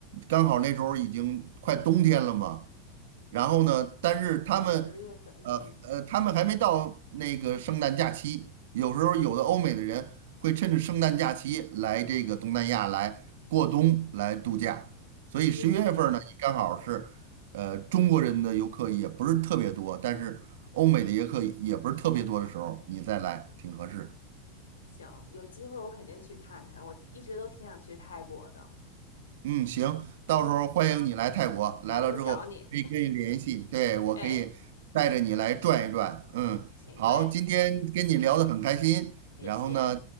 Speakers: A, on the right; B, on the left.
A: 刚好那时候已经快冬天了嘛，然后呢，但是他们，
B: 十月份，嗯，
A: 呃呃，他们还没到那个圣诞假期，有时候有的欧美的人会趁着圣诞假期来这个东南亚来过冬来度假，所以十一月份儿呢，
B: 你们
A: 也刚好是，呃，中国人的游客也不是特别多，但是欧美的游客也不是特别多的时候，你再来挺合适。
B: 行，有机会我肯定去看看，我一直都挺想去泰国的。
A: 嗯，行，到时候欢迎你来泰国，
B: 嗯，
A: 来了之后可以跟你联系，
B: 到时候找你。
A: 对，我可以带着你来转一转。
B: <laughs> 哎，
A: 嗯，
B: 行嘞，
A: 好，今天跟你聊得很开心，
B: 谢谢。
A: 然后呢，